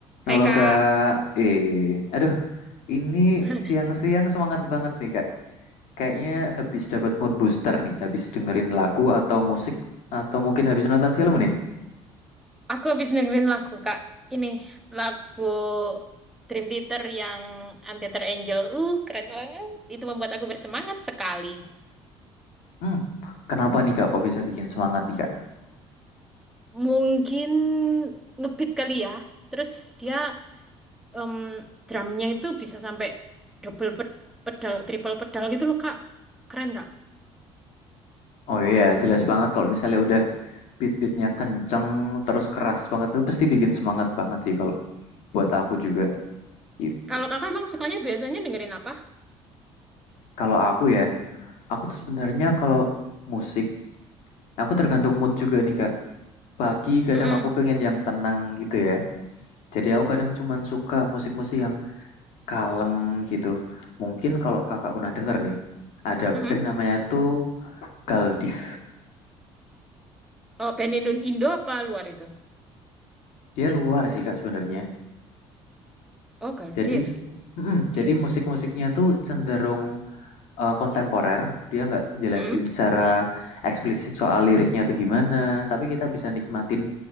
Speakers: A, on the left; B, in the centre.
A: Halo
B: Hai Kak,
A: Kak, eh, aduh, ini
B: <laughs>
A: siang-siang semangat banget nih Kak. Kayaknya habis dapat mood booster nih, habis dengerin lagu atau musik, atau mungkin habis nonton film nih.
B: aku habis dengerin lagu Kak. Ini lagu Dream Theater yang Untethered Angel. Uh, keren banget. Itu membuat aku bersemangat sekali.
A: Hmm, kenapa nih Kak, kok bisa bikin semangat nih Kak?
B: Mungkin ngebeat kali ya. Terus dia em, drumnya itu bisa sampai double pe- pedal, triple pedal gitu loh Kak. Keren Kak.
A: Oh iya, jelas banget kalau misalnya udah beat-beatnya kenceng, terus keras banget, itu pasti bikin semangat banget sih kalau buat aku juga gitu.
B: Kalau Kakak emang sukanya biasanya dengerin apa?
A: Kalau aku ya, aku tuh sebenarnya kalau musik, aku tergantung mood juga nih Kak. Pagi kadang
B: Mm-mm.
A: aku pengen yang tenang gitu ya. Jadi aku kadang cuman suka musik-musik yang kalem gitu. Mungkin kalau kakak pernah denger nih, ada
B: Mm-mm.
A: band namanya tuh Galdiv.
B: Oh, band Indo, Indo apa luar itu?
A: Dia luar sih kak sebenarnya.
B: Oh, Girl
A: Jadi,
B: Div.
A: mm,
B: Div.
A: jadi musik-musiknya tuh cenderung eh, kontemporer. Dia nggak jelasin
B: Mm-mm.
A: secara eksplisit soal liriknya tuh gimana. Tapi kita bisa nikmatin